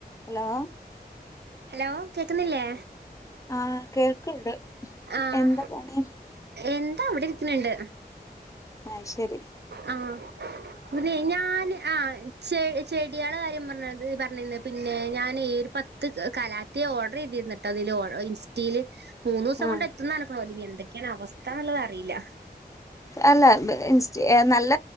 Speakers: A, on the left; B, on the right.
A: Hello
B: hello കേക്കുന്നില്ലേ
A: ആഹ് കേൾക്ക്ണ്ട്
B: ആഹ്
A: എന്താ പണി
B: എന്താ അവിടെ ഇരിക്ക്ണ് ണ്ട്
A: അയ് ശരി
B: ആഹ് പിന്നെ ഞാന് ആഹ് ചെ ചെടിയേളെ കാര്യം പറഞ്ഞത് പറഞ്ഞിന്ന് പിന്നെ ഞാനേ ഈ ഒരു പത്ത് കലാ റ്റിൻ ഓർഡർ ചെയ്തിര്ന്ന്ട്ടാ ഇതിൽ ഇൻ സ്റ്റില് മൂന്നുസം
A: ആഹ്
B: കൊണ്ട് എത്തുന്ന് നർഞ്ഞ്ക്ക്ണ് എന്തൊക്കെയാണ് അവസ്ഥന്നുള്ളത് അറിയില്ല
A: അല്ല ഇൻസ്റ്റ നല്ല